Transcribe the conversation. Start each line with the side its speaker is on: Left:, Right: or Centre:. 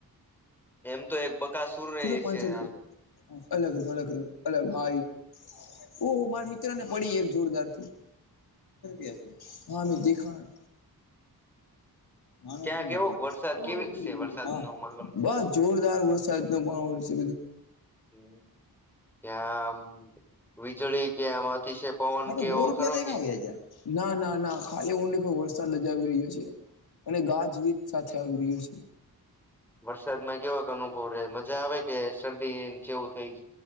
Centre: એમ તો એક બકાસુર હી
Left: જીરો પાંચસો
Centre: છે
Left: રૂપિયા
Centre: હાલ
Left: અલગ ર અલગ ર અલગ હા ઈ ઓ મારા મિત્ર ને પડી એક જોરદાર થી <inaudible> હામે દેખણ
Centre: <inaudible>
Left: માણ
Centre: ક્યાં કેવોક
Left: ને હ બસ
Centre: વરસાદ
Left: <unintelligible>
Centre: કેવીક છે વરસાદ નો માહોલ
Left: જોરદાર વસ્સાદ નુ મહોલ છે.
Centre: હમ ત્યાં વિજડી કે આમાંથી છે પવન
Left: હા
Centre: કે
Left: તો
Centre: એવો
Left: હો રૂપિયા
Centre: ખરો
Left: તો
Centre: કે.
Left: ક્યાં વયા ગયા ના ના ના ખાલી ઊંડી પર વરસાદ જ આવી રહ્યો છે. અને ગાજવીજ સાથે આવી રહ્યો છે.
Centre: વરસાદ માં કેવા અનુભવ રે મજા આવે કે શરદી જેવું થઈ